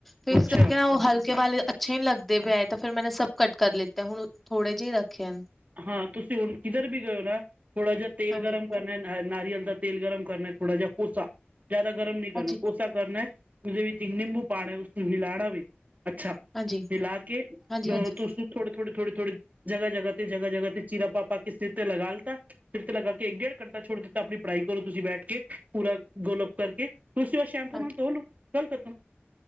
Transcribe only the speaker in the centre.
ਫਿਰ
ਕਰਕੇ ਨਾ ਉਹ ਹਲਕੇ ਵਾਲੇ ਅੱਛੇ ਨ ਲੱਗ ਪਏ ਤਾਂ ਫਿਰ ਮੈਂ ਸਭ ਕਟ ਕਰ ਲਿੱਤੇ ਹੁਣ ਥੋੜੇ ਜਿਹੇ ਰੱਖੇ ਹਨ।
ਹਾਂਜੀ,
ਹਾਂਜੀ,
ਹਾਂਜੀ,
ਹਾਂਜੀ, ਹਾਂਜੀ,
ਹਾਂਜੀ।